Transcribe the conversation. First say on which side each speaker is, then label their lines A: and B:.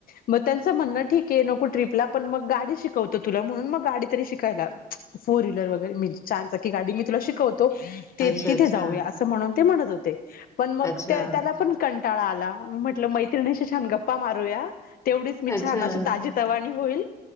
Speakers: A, on the left; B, on the left.
A: म त्यांच्- म्हणणं ठीके नको ट्रिपला पण मग गाडी शिकवतो तुला म्हणून मग गाडी तरी शिकायला फोर व्हीलर वगैरे मी् चार चाकी गाडी मी तुला शिकवतो ते
B: अच्छा
A: तिथे
B: अच्छा
A: जाऊया असं म्हणून ते म्हणत होते, पण मग
B: अच्छा.
A: त्या त्याला पण कंटाळा आला म्हट् -ल मैत्रिणीशी छान गप्पा मारूया तेवढीच
B: अच्छा
A: मी छान अशी ता -जीतवाणी होईल